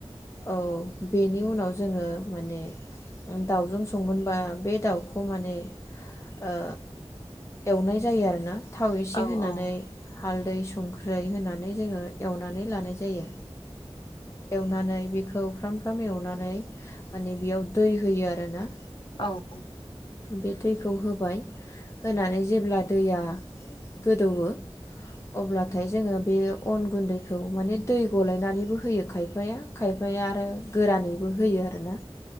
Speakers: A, on the left; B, on the left.
A: औ। बेनि उनाव जोङो माने दाउजों संगोनबा बे दाउखौ माने ओ एवनाय जायो आरो ना? थाव
B: औ
A: एसे होनानै हालदै संख्रै होनानै। नै जोङो एवनानै लानाय जायो। एवनानै बेखौ फ्राम फ्राम एवनानै माने बेयाव दै होयो आरो। <unintelligible> ना
B: औ बूं।
A: बे दैखौ होबाय। होनानै जेब्ला दैया। गोदौवो। अब्लाथाय जोङो। बे अन गुन्दैखौ माने दै गलायनानैबो होयो खायफाया। खायफाया आरो गोरानैबो होयो आरोना